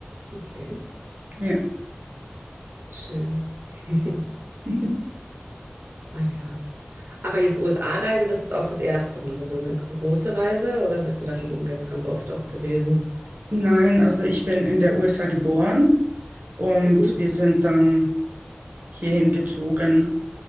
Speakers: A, on the right; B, on the right.
A: okay,
B: Ja.
A: schön. <laughs>
B: <laughs>
A: Ah ja. Aber jetzt USA-Reise, das ist auch das erste Mal, so eine große Reise, oder bist du da schon jetzt ganz oft auch gewesen?
B: Nein, also ich bin in der USA geboren und
A: Mhm.
B: wir sind dann hierhin gezogen